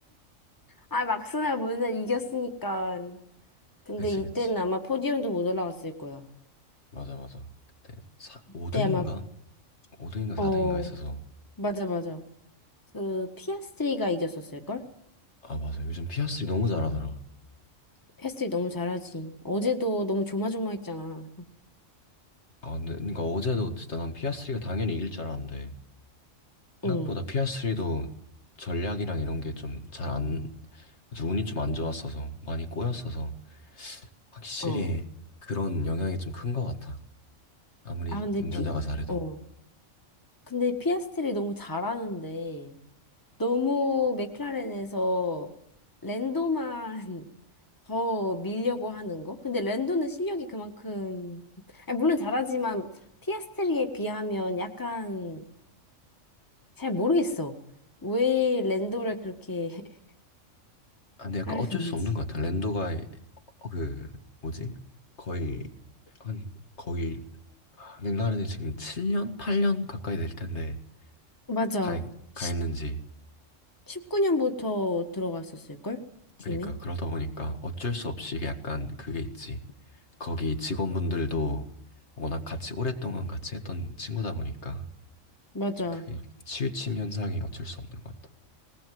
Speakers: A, on the left (about 15°); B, on the left (about 60°).
A: 아, 막스나 모르날 이겼으니까. 근데
B: 그치,
A: 이때는
B: 그치.
A: 아마 포디움도 못 올라갔을 거야.
B: 맞아, 맞아. 그때
A: 그때
B: 5등인가?
A: 아마,
B: 5등인가 4등인가
A: 어,
B: 있어서.
A: 맞아, 맞아. 그, 피아스트리가 이겼었을걸?
B: 아, 맞아. 요즘 피아스트리 너무 잘하더라.
A: 피아스트리 너무 잘하지. 어제도 너무 조마조마했잖아.
B: 아, 근데, 그러니까 어제도 진짜 난 피아스트리가 당연히 이길 줄 알았는데,
A: 응,
B: 생각보다 피아스트리도 전략이랑 이런 게 좀 잘 안, 아주 운이 좀 안 좋았어서, 많이 꼬였어서, 확실히
A: 어.
B: 그런 영향이 좀 큰 것 같아. 아무리
A: 아, 근데
B: 운전자가
A: 피,
B: 잘해도.
A: 어. 근데 피아스트리 너무 잘하는데, 너무 맥라렌에서 랜도만 <laughs> 더 밀려고 하는 거? 근데 랜도는 실력이 그만큼, 아니, 물론 잘하지만 피아스트리에 비하면 약간 잘 모르겠어. 왜 랜도를 그렇게 <laughs>
B: 아, 근데 약간
A: 하려는지.
B: 어쩔 수 없는 것 같아. 랜도가, 어, 그, 뭐지? 거의, 한, 거의, 맥라렌이 지금 7년? 8년 가까이 될 텐데,
A: 맞아.
B: 가, 가
A: 1
B: 있는지.
A: 십구 9년부터 들어갔었을걸? 팀에?
B: 그러니까 그러다 보니까 어쩔 수 없이 이게 약간 그게 있지. 거기 직원분들도 워낙 같이 오랫동안 같이 했던 친구다 보니까
A: 맞아.
B: 좀 그게 치우침 현상이 어쩔 수 없는 것 같다.